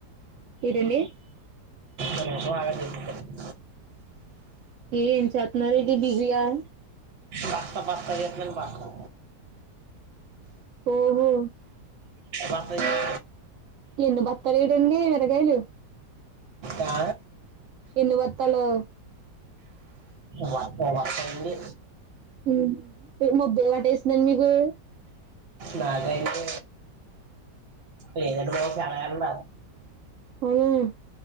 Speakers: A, on the right; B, on the right.
A: ఈడ అండి
B: మన కాయన చెప్తాను
A: ఏమ్ చేత్తున్నార్ అండి బిజీగా
B: బస్త బస్త ఎక్రన్ బస్తా
A: ఓహో
B: బస్త చేస్తాను
A: ఎన్ని బత్తలు ఇడేం ఎంది తగేలు
B: ఆ?
A: ఎన్ని బత్తాలు
B: వర్ష వర్ష అండి
A: ఉమ్ మబ్బులు పట్టేసిందా మీకు
B: మకాండి లేదండి బాబు చాలా ఎండ
A: అవునా